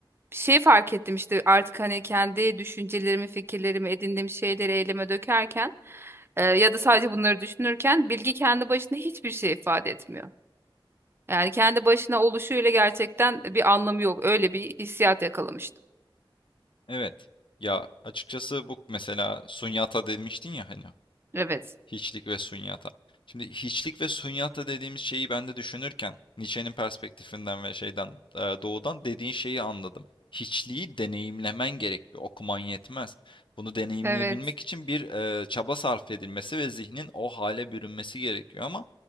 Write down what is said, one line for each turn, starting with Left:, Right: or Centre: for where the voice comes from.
Right: bir şey fark ettim işte artık hani kendi düşüncelerimi, fikirlerimi, edindiğim şeyleri eyleme dökerken e, ya da sadece bunları düşünürken bilgi kendi başına hiçbir şey ifade etmiyor. Yani kendi başına oluşuyla gerçekten bir anlamı yok. Öyle bir hissiyat yakalamıştım.
Left: evet. Ya açıkçası bu mesela sunyata demiştin ya hani
Right: Evet.
Left: Hiçlik ve sunyata. Şimdi hiçlik ve sunyata dediğimiz şeyi ben de düşünürken Nietzsche'nin perspektifinden ve şeyden e, doğudan dediğin şeyi anladım. Hiçliği deneyimlemen gerekiyor. Okuman yetmez. Bunu deneyimleyebilmek
Right: Evet.
Left: için bir e, çaba sarf edilmesi ve zihnin o hale bürünmesi gerekiyor ama